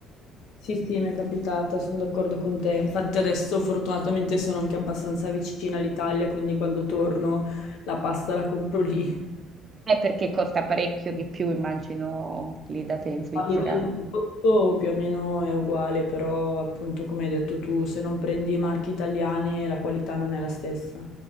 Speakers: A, on the left; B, on the right.
A: Sì, sì, mi è capitata, sono d'accordo con te. Infatti adesso fortunatamente sono anche abbastanza vicina all'Italia, quindi quando torno la pasta la compro lì.
B: È perché costa parecchio di più, immagino, lì da te in Svizzera.
A: A livello di costo più o meno è uguale, però appunto come hai detto tu, se non prendi marche italiane la qualità non è la stessa.